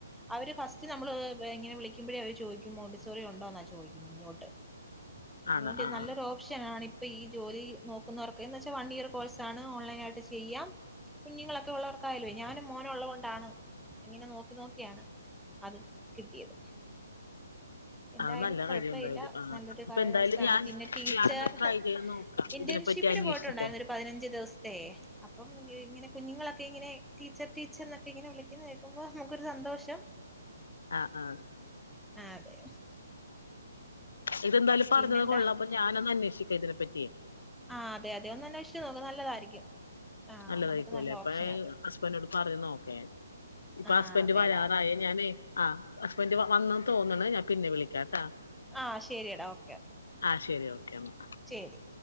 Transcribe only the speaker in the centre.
അവര് ഫസ്റ്റ് നമ്മള് ഇങ്ങനെ വിളിക്കുമ്പഴേ അവര് ചോയിക്കും മോണ്ടിസോറി ഉണ്ടോന്നാ ചോയിക്കുന്ന് ഇങ്ങോട്ട്. അതുകൊണ്ട്
ഇത്
നല്ലൊരു
ഓപ്ഷൻ ആണി പ്പ ഈ ജോലി നോക്കുന്നവർക്ക് എന്ന് വെച്ചാ വൺ ഇയർ കോഴ്സാണ് ഓൺലൈൻ ആയിട്ട് ചെയ്യാം. കുഞ്ഞുങ്ങളൊക്കെ ഉള്ളവർക്കായാല്വേ ഞാനും മോനും ഉള്ളത് കൊണ്ടാണ് ഇങ്ങനെ നോക്കി നോക്കിയാണ് അത് കിട്ടിയത്. എന്തായാലും
കുഴപ്പ
ഇല്ല
നല്ലൊരു
കാലാവസ്ഥാണ്.
പിന്നെ ടീച്ച
റ്
ഇന്റേർഷിപ്പിന്
പോയിട്ടുണ്ടായിരുന്നു ഒരു പതിനഞ്ച് ദിവസ്ത്തെ. അപ്പം ഇങ്ങനെ കുഞ്ഞുങ്ങളൊക്കെ ഇങ്ങനെ ടീച്ചർ ടീച്ചർ എന്നൊക്കെ ഇങ്ങനെ വിളി ക്കുന്നെ കേക്കുമ്പോ നമുക്കൊരു സന്തോഷം.
അതെ
പിന്നെന്താ
ആഹ് അതെ അതെ. ഒന്നന്നേഷിച്ചു നോക്ക് നല്ലതായിരിക്കും. ആ
നമുക്ക് നല്ല
ഓപ്ഷനാ അത്
ആ
അതെടാ
അതെ
ആഹ് ശരിയെടാ ഓ
ചെറി